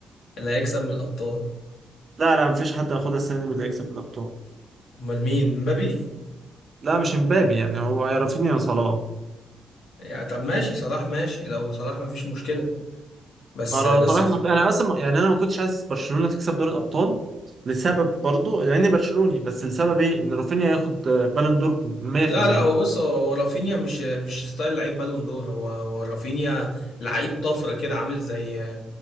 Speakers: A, on the left; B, on the right.
A: اللي هيكسب من الابطال
B: لا لا مفيش حد هياخدها السنه دي من اللي هيكسب الابطال
A: امال مين مبابي
B: لا مش امبابي يعني هو يا رافينيا يا صلاح
A: يعني طب ماشي صلاح ماشي لو صلاح مفيش مشكلة بس
B: اه لو
A: بس
B: صلاح ما في انا اصلا يعني انا ما كنتش عايز برشلونه تكسب دوري الابطال لسبب برضو لاني برشلوني بس السبب ايه ان رافينيا ياخد آه، بالون دور 100%
A: لا لا هو بص هو هو رافينيا مش مش ستايل لعيب بالون دور هو هو رافينيا لعيب طفرة كده عامل زي